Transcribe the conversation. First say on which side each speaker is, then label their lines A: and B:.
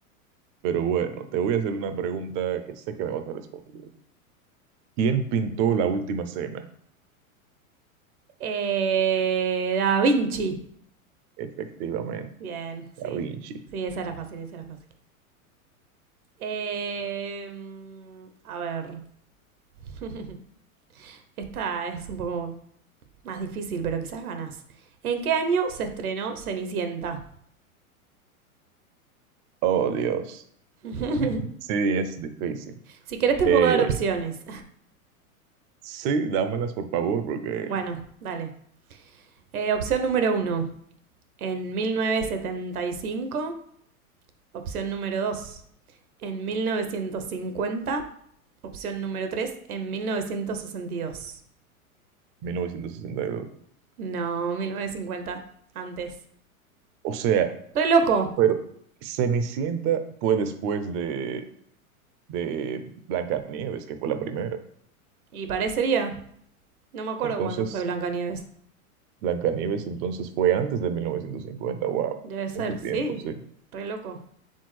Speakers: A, on the right; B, on the right.
A: Pero bueno, te voy a hacer una pregunta que sé que me vas a responder. ¿Quién pintó la última cena?
B: Eh, da Vinci.
A: Efectivamente,
B: Bien, sí.
A: Da Vinci.
B: Sí, esa era fácil, esa era fácil. Eh, a ver. <laughs> Esta es un poco más difícil, pero quizás ganas. ¿En qué año se estrenó Cenicienta?
A: Oh, Dios.
B: <laughs>
A: Sí, es difícil.
B: si querés te
A: Eh,
B: puedo dar opciones.
A: sí, dámelas por favor, porque
B: <laughs> Bueno, dale. Eh, opción número uno, en 1975. Opción número 2 en mil novecientos cincuenta Opción número 3 en mil novecientos sesenta y dos
A: 1962.
B: No, 1950 antes.
A: O sea,
B: Re loco.
A: pero Cenicienta fue después de, de Blancanieves, que fue la primera.
B: Y parecería. No me acuerdo
A: Entonces,
B: cuándo fue Blancanieves.
A: Blancanieves entonces fue antes de 1950. wow,
B: Debe ser,
A: mucho
B: sí.
A: tiempo, sí.
B: Re loco.